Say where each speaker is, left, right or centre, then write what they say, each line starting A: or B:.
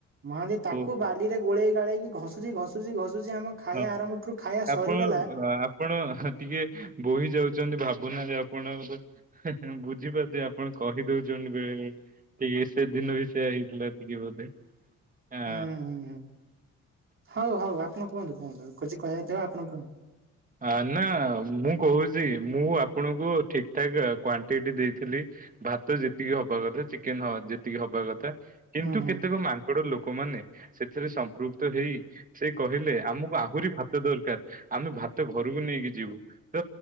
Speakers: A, on the right; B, on the right.
A: ମହାନ୍ତି ତାକୁ
B: ଓହୋ
A: ବାଲିରେ ଗୋଳେଇ ଗାଳେଇକି ଘସି ତା ଘସୁଛି ଘସୁଛି ଘସୁଛି ଆମ ଖାଇବା
B: ହଁ
A: ଆରମ୍ଭ ଠୁ ଖାଇବା ସରିଗଲା।
B: ଆପଣ ଅ, ଆପଣ ହା ଟିକେ ବୋହି ଯାଉଛନ୍ତି। ଭାବନାରେ ଆପଣ ହେ ବୁଝିପାରୁଛି ଆପଣ କହି ଦଉଛନ୍ତି ବେଳେ ବେଳେ। ଟିକେ ସେ ଦିନ ବି ସେୟ ହେଇଥିଲା। ଟିକେ ବୋଧେ ଆ।
A: ହୁଁ ହୁଁ ହୁଁ ହଉ ହଉ ଆପଣ କୁହନ୍ତୁ କୁହନ୍ତୁ। କିଛି କହିବାର ଥିବା ଆପଣ କୁହନ୍ତୁ।
B: ହଁ ଆ ନା ମୁଁ କହୁଛି ମୁଁ ଆପଣଙ୍କୁ ଠିକ ଠାକ୍ କ୍ଵାଣ୍ଟିଟି ଦେଇଥିଲି। ଭାତ ଯେତିକି ହବା କଥା ଚିକେନ ହ ଯେତିକି ହବା କଥା କିନ୍ତୁ
A: ହୁଁ ହୁଁ
B: କେତେକ ମାଙ୍କଡ ଲୋକମାନେ ସେଥିରେ ସ କୃତ ହେଇ ସେ କହିଲେ ଆମକୁ ଆହୁରି ଭା ଦରକାର ଆମେ ଭାତ ଘରକୁ ନେଇକି ଯିବୁ ତ